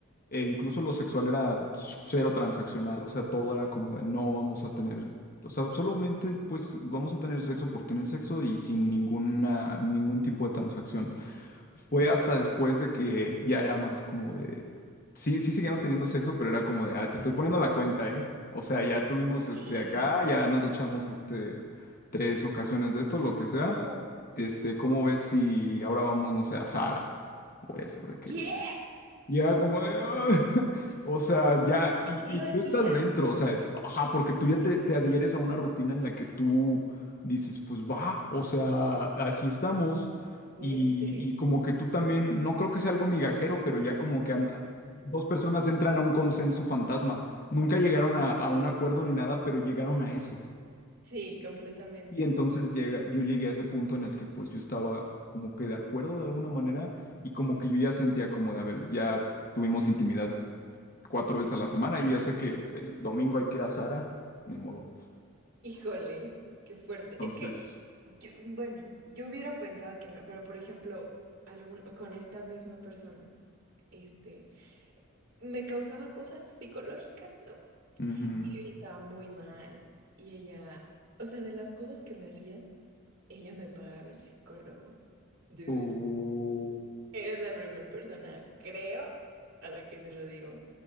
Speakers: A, on the left (about 45°); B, on the right (about 60°).
A: e incluso lo sexual era cero transaccional, o sea, todo era como de no vamos a tener, o sea, solamente pues vamos a tener sexo por tener sexo y sin ninguna, ningún tipo de transacción fue hasta después de que ya era más como de... Sí, sí seguíamos teniendo sexo, pero era como de, ah, te estoy poniendo la cuenta, ¿eh? O sea, ya tuvimos este
B: Y...
A: acá, ya nos echamos este tres ocasiones de esto, lo que sea.
B: No,
A: Este, ¿cómo ves si ahora vamos, no sé, a Sara? O eso, de que
B: ¿Qué?
A: ya como de, "Ah", <laughs> o sea, ya,
B: ¿Sí
A: y, y
B: lo
A: tú
B: hacía?
A: estás dentro, o sea, ajá, porque tú ya te, te adhieres a una rutina en la que tú dices, pues va, o sea, así estamos,
B: Fuerte.
A: y, y como que tú también, no creo que sea algo migajero, pero ya como que an- dos personas entran a un consenso fantasma, nunca llegaron a, a un acuerdo ni nada, pero llegaron a eso.
B: Sí, completamente.
A: Y entonces llega, yo llegué a ese punto en el que pues yo estaba como que de acuerdo de alguna manera, y como que yo ya sentía como de, a ver, ya tuvimos intimidad cuatro veces a la semana. Yo ya sé que el domingo hay que ir a Sara, ni modo.
B: Híjole, qué fuerte.
A: Entonces,
B: Es que, yo- bueno, yo hubiera pensado que no, pero por ejemplo, algún, con esta misma persona, este, me causaba cosas psicológicas, ¿no?
A: ujú.
B: Y Yo estaba muy mal. Y ella, o sea, de las cosas que me hacía, ella me pagaba el psicólogo. Dude,
A: Uh,
B: eres la primera persona, creo, a la que se lo digo.